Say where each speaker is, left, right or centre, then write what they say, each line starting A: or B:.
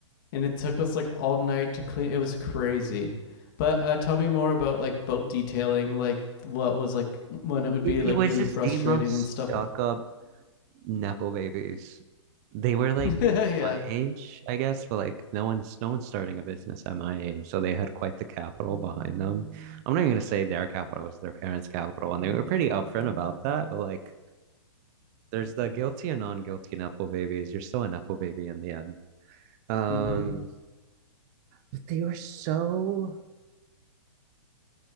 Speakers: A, on the left (about 45°); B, on the right (about 35°).
A: and it took us like all night to clean. It was crazy. But uh, tell me more about like boat detailing, like what was like when it would
B: It,
A: be
B: it
A: like
B: was
A: really
B: just
A: frustrating
B: the most
A: and stuff.
B: stuck
A: Like,
B: up Nepo babies. They were like
A: <laughs> yeah.
B: my age, I guess, but like no one's no one's starting a business at my age. So they had quite the capital behind them. I'm not even gonna say their capital was their parents' capital, and they were pretty upfront about that, but like there's the guilty and non-guilty Nepo babies. You're still a Nepo baby in the end. Um,
A: Mm-hmm.
B: but they were so